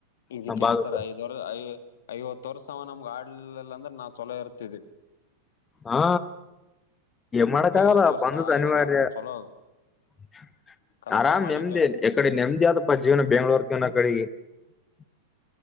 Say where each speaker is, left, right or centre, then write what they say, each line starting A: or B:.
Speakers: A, on the left; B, on the left.
A: ಇದಕ್ಕೆ
B: ನಮ್ ಭಾಗಕ್ಕ
A: ಅಂತರ ಐದ್ವರ್ ಐ ಐವತ್ತ ವರ್ಷ ನಮ್ಗೆ ಆಡ್ಲಲ್ಲ ಅಂದ್ರೆ ನಾವ್ ಚೊಲೋ ಇರ್ತವಿ
B: ಹಾ ಮಾಡಡಕ್ಕಾಗಲ್ಲಾ
A: ಐವತ್ ವರ್ಷ
B: ಬಂದು
A: ಆಳಿ
B: ತನ ಮಾಡಾರ
A: ನಮ್ಗ್ ಚೊಲೋ
B: <unintelligible>
A: ಕಲಸ
B: ಆರಾಮ್
A: ಮಾಡಿಟ್ಟ
B: ನೆಮದೇ ಎಕಡೆ ನೆಮದಿ ಆದದಪ್ಪ ಜೀವನ ಬೆಂಗ್ಳೂರ್ ಕವನ ಅ ಕಡೆಗೆ <unintelligible>